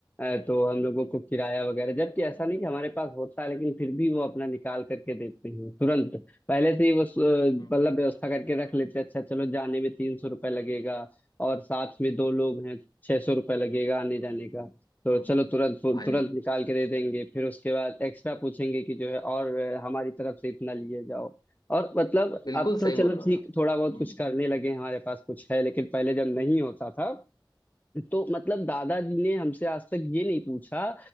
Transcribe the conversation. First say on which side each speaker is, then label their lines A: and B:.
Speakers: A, on the left; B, on the left.
A: अ, तो हम लोगों को किराया वगैरह जबकि ऐसा नहीं कि हमारे पास होता है लेकिन फिर भी वो अपना निकाल करके देते हैं तुरंत पहले से ही वो स- मतलब
B: हम्म
A: व्यवस्था करके रख लेते हैं अच्छा चलो जाने में तीन सौ रुपये लगेगा और साथ में दो लोग हैं छह सौ रुपये लगेगा आने जाने का तो
B: हम्म
A: चलो तुरंत
B: भाई
A: तुरंत निकाल के दे देंगे फिर उसके बाद एक्स्ट्रा पूछेंगे कि जो है और हमारी तरफ से इतना लिए जाओ और मतलब
B: बिल्कुल
A: अब
B: सही
A: तो चलो
B: बोल रहे
A: ठीक
B: हो आप
A: थोड़ा बहुत
B: हम्म
A: कुछ करने लगे हैं, हमारे पास कुछ है लेकिन पहले जब नहीं होता था तो मतलब दादाजी ने हमसे आज तक ये नहीं पूछा